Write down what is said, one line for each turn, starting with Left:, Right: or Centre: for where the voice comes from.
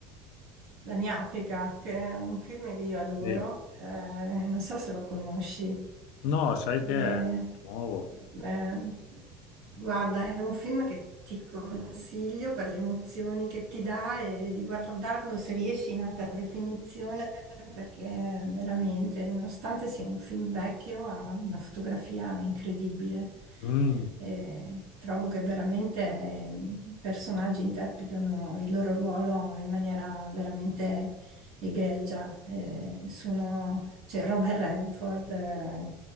Right: La mia Africa, che è un film che io adoro,
Left: Sì.
Right: eh, non so se lo conosci.
Left: No, sai
Right: Eh,
Left: che è nuovo.
Right: beh, guarda, è un film che ti consiglio per le emozioni che ti dà e di guardarlo se riesci in alta definizione, perché veramente, nonostante sia un film vecchio, ha una fotografia incredibile.
Left: Mm.
Right: E trovo che veramente eh, i personaggi interpretano il loro ruolo in maniera veramente egregia. eh, sono- c'è Robert Redford eh,